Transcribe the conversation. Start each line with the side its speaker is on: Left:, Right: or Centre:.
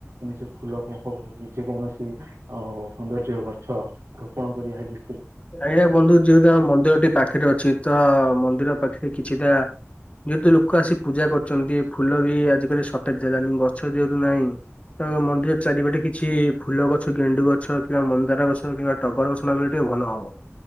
Right: ନି ସେ ଫୁଲ ପପକୁ କିଛି କୌଣସି ଆ ସୌନ୍ଦର୍ଯ୍ୟ ଗଛ ରୋପଣ କରି ଆ ହେଟି
Left: ଆଜ୍ଞା ବନ୍ଧୁ ଯେହେତୁ ଆମ ମନ୍ଦିରଟି ପାଖରେ ଅଛି ତ ମନ୍ଦିର ପାଖରେ କିଛିଟା ଯେହେତୁ ଲୋକ ଆସି ପୂଜା କରୁଛନ୍ତି ଫୁଲ ବି ଆଜିକାଲି ସର୍ଟେଜ ହେଲାଣି ଗଛ ଯେହେତୁ ନାହିଁ ତା ମନ୍ଦିର ଚାରି ପଟେ କିଛି ଫୁଲ ଗଛ ଗେଣ୍ଡୁ ଗଛ କିମ୍ବା ମନ୍ଦାର ଗଛ କିମ୍ବା ଟଗର ଗଛ ନଗଇଲେ ଟିକେ ଭଲ ହବ। ହ